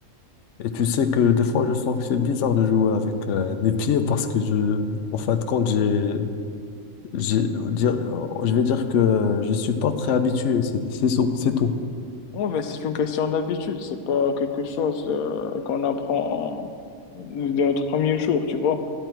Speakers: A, on the left; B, on the left.
A: Et... et tu sais que des fois, je sens que c'est bizarre de jouer avec euh, mes pieds parce que je, en fin de compte, j'ai J'ai- dire- euh, je vais dire que euh, je suis pas très habitué, c'est c'est tout, c'est tout.
B: Oui, mais c'est une question d'habitude, c'est pas quelque chose euh, qu'on apprend en- dès notre premier jour, tu vois.